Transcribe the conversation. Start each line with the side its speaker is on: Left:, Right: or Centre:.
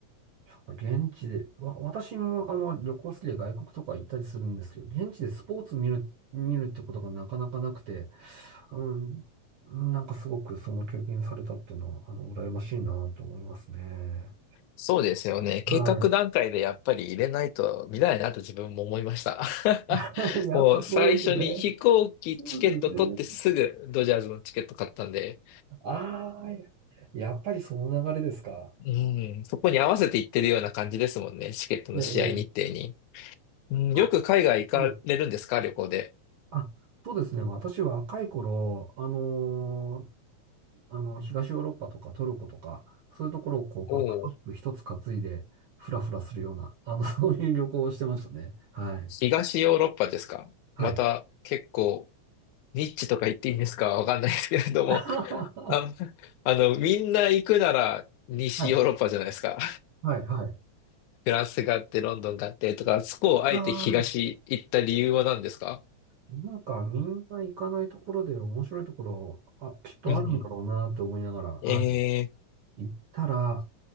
Right: やっぱ現地で、わ、私もあの旅行好きで外国とか行ったりするんですけど、現地でスポーツ見る、見るってことがなかなかなくて、うん、なんかすごくその経験されたっていうのは、あの、羨ましいなと思いますね。
Left: そうですよね。計画段階でやっぱり入れないと見ないなと自分も思いました。
Right: は
Left: <laughs>
Right: い。<laughs> やっぱそうですね。
Left: もう最初に飛行機チケット取ってすぐドジャーズのチケット買ったんで、
Right: そうですね。ああ、ややっぱりその流れですか。
Left: うん、そこに合わせて行ってるような感じですもんね。チケットの試合日程に。
Right: ねえ。ねえ
Left: うん、
Right: あ、
Left: よく海外行かれるんですか旅行で。
Right: そうあ、そうですね。私若い頃、あのーあの、東ヨーロッパとかトルコとか、そういうところをこう、
Left: おお、
Right: バックパック一つ担いで、フラフラするような、あの、<laughs> そういう旅行をしてましたね。はい。
Left: 東ヨーロッパですかまた結構
Right: はい。
Left: ニッチとか言っていいんですかわかんないですけれども。
Right: <laughs> は
Left: あ、あの、みんな行くなら西ヨーロッパじゃないですか。
Right: い。はい。はい。
Left: フランスがあって、ロンドンがあって、とか、そこをあえて東行った理由は何ですか
Right: はい。なんか、みんな行かないところで面白いところ、あ、きっとあるんだろうなって思いながら、
Left: うん。
Right: はい。
Left: え
Right: 行ったら、